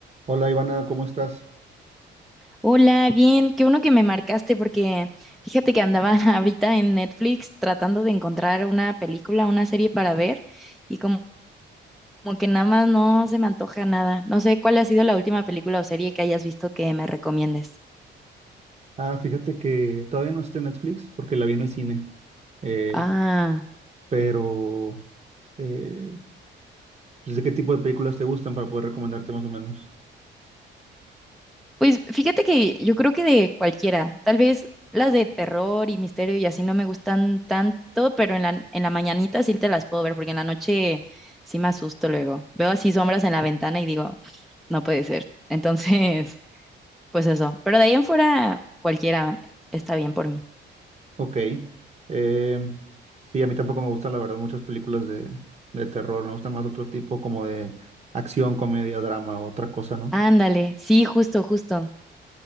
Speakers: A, on the right; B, in the centre.
A: Hola Ivana, ¿cómo estás?
B: Hola, bien, qué bueno que me marcaste porque fíjate que andaba <laughs> ahorita en Netflix tratando de encontrar una película, una serie para ver y como, como que nada más no se me antoja nada. No sé cuál ha sido la última película o serie que hayas visto que me recomiendes.
A: Ah, fíjate que todavía no está en Netflix porque la vi en el cine, eh,
B: Ah,
A: pero eh, pues, ¿de qué tipo de películas te gustan para poder recomendarte más o menos?
B: pues fíjate que yo creo que de cualquiera, tal vez las de terror y misterio y así no me gustan tanto, pero en la, en la mañanita sí te las puedo ver porque en la noche sí me asusto luego. Veo así sombras en la ventana y digo, no puede ser. Entonces, <laughs> pues eso. Pero de ahí en fuera, cualquiera está bien por mí.
A: Ok, eh, sí, a mí tampoco me gustan la verdad muchas películas de, de terror, me gustan más otro tipo como de acción, comedia, drama, otra cosa, ¿no?
B: Ándale, sí, justo, justo.